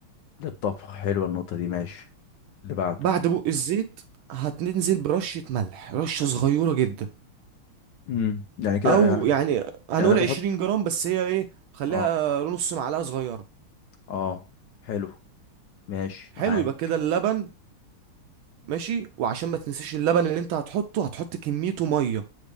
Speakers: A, on the left; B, on the right.
A: للطبخ حلوه النقطه دي ماشي اللي بعده
B: بعد بق الزيت هتنزل برشة ملح رشة صغيرة جدا
A: امم يعني كده
B: أو
A: يعني
B: يعني هنقول
A: يعني انا بحط
B: 20 جرام بس هي إيه خليها
A: اه
B: نص معلقة صغيرة
A: اه حلو ماشي
B: حلو
A: معاه
B: يبقى كده اللبن ماشي وعشان ما تنساش اللبن اللي أنت هتحطه هتحط كميته مية